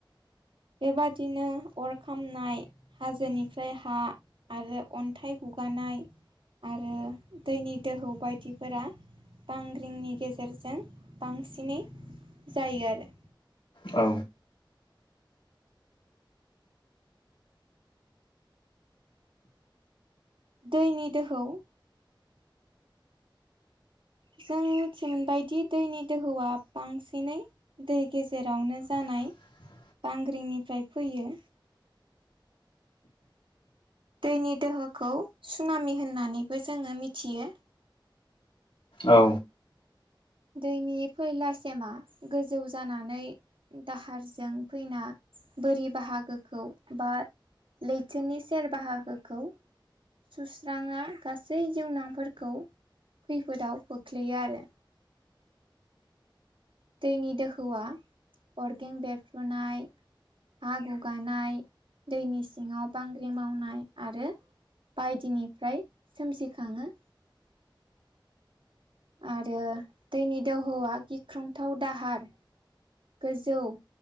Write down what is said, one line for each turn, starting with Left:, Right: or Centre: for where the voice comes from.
Right: बेबादिनो अर खामनाय हाजोनिफ्राय हा आरो अन्थाइ गु गानाय आरो दैनि दोहौ बायदिफोरा बांग्रिंनि गेजेरजों बांसिनै जायो आरो।
Left: औ
Right: दैनि दोहौ जों मिथिमोनबाय दि दैनि दोहौआ बांसिनै दै गेजेरावनो जानां
Left: <inaudible>
Right: बांग्रिंनिफ्राय फैयो। दैनि दोहोखौ सुनामि होननानैबो जोङो मिथियो।
Left: औ
Right: दैनि फैलासिमा गोजौ जानानै दाहारजों फैना बोरि बाहागोखौ बा लैथोनि सेर बाहागोखौ सुस्राङा गासै जिउनांफोरखौ खैफोदाव खोख्लैयो आरो दैनि दोहौआ अरगें बेरफ्रुनाय हा गुगानाय दैनि सिङाव बांग्रि मावनाय आरो बायदिनिफ्राय सोमजिखाङो। आरो दैनि दोहौआ गिख्रंथाव दाहार गोजौ